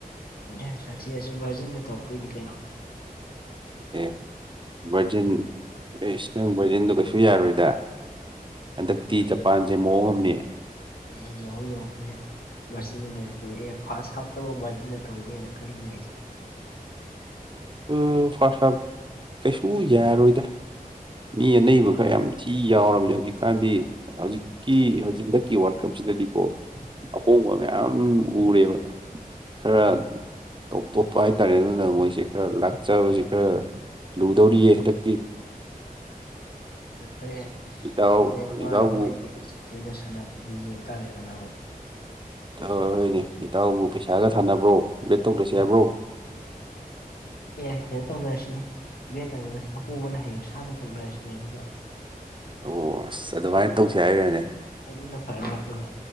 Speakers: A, on the left; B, on the right.
A: ꯑꯦ ꯁꯥꯊꯤꯔꯁꯨ ꯚꯥꯔꯖꯤꯟꯗ ꯇꯧꯔꯛꯇꯣꯏꯅꯤ ꯀꯩꯅꯣ
B: ꯑꯦ ꯚꯔꯖꯤꯟ ꯑꯦ ꯏꯁ ꯅꯪ ꯚꯔꯖꯤꯟꯗꯣ ꯀꯩꯁꯨ ꯌꯥꯔꯣꯏꯗ ꯍꯟꯗꯛꯇꯤ ꯖꯄꯥꯟꯁꯦ ꯃꯑꯣꯡ ꯑꯃꯅꯦ
A: ꯑꯦ ꯌꯦꯡꯧ ꯌꯧꯈ꯭ꯔꯦ ꯃꯥꯔꯖꯤꯟꯟꯅꯅꯦ ꯑꯦ ꯐꯥꯔꯁ ꯍꯥꯞꯇꯐꯥꯎ ꯃꯥꯔꯖꯤꯟꯟꯅ ꯊꯣꯛꯏꯅꯦꯅ ꯈꯜꯂꯤꯉꯩꯁꯤꯗ
B: ꯑ ꯐꯁ ꯀꯩꯁꯨ ꯌꯥꯏꯔꯣꯏꯗ ꯃꯤ ꯑꯅꯩꯕ ꯈꯔ ꯌꯥꯝ ꯊꯤ ꯌꯥꯎꯔꯕꯅꯦ ꯍꯧꯖꯤꯛꯀꯥꯟꯗꯤ ꯍꯧꯖꯤꯛꯀꯤꯖꯤꯛ ꯍꯟꯗꯛꯀꯤ ꯋꯥꯔꯀꯞ ꯁꯤꯗꯗꯤꯀꯣ ꯑꯍꯣꯡꯕ ꯃꯌꯥꯝ ꯎꯔꯦꯕ ꯈꯔ
A: ꯎꯝ
B: ꯇꯣꯞ ꯇꯣꯞꯄ ꯍꯥꯏꯇꯥꯔꯦ ꯑꯗꯨꯅ ꯃꯣꯏꯁꯦ ꯈꯔ ꯂꯥꯛꯆꯕꯁꯤ ꯈꯔ ꯂꯨꯗꯧꯔꯤꯌꯦ ꯍꯟꯗꯛꯇꯤ
A: ꯍꯣꯔꯦ
B: ꯏꯇꯥꯎ
A: ꯃꯦꯟꯃꯥꯔ
B: ꯏꯇꯥꯎꯕꯨ
A: ꯍꯣꯏ ꯚꯦꯅ ꯁꯥꯟꯅꯔꯛꯄꯗꯨ ꯌꯦꯡ ꯇꯥꯔꯦꯗꯅ ꯑꯃꯨꯛ
B: ꯇꯧꯣꯏꯅꯦ ꯏꯇꯥꯎꯕꯨ ꯄꯩꯁꯥꯒ ꯊꯥꯟꯅꯕ꯭ꯔꯣ ꯕꯦꯠ ꯇꯧꯗ꯭ꯔꯁꯦ ꯍꯥꯏꯕ꯭ꯔꯣ
A: ꯑꯦ ꯀꯩꯅꯣ ꯇꯧꯅꯔꯁꯤꯅꯦ ꯚꯦ ꯇꯧꯅꯒꯁꯨ ꯑꯄꯣꯝꯕꯅ ꯍꯌꯦꯡ ꯁꯥ ꯄꯨꯊꯣꯛꯅꯔꯁꯤꯅꯦ ꯑꯗꯨꯒ
B: ꯑꯣ ꯑꯁ ꯑꯗꯨꯃꯥꯏꯅ ꯇꯧꯁ ꯍꯥꯏꯔꯅꯦ
A: ꯑꯗꯨꯅ ꯐꯔ ꯐ꯭ꯔꯣ ꯑꯗꯨꯒ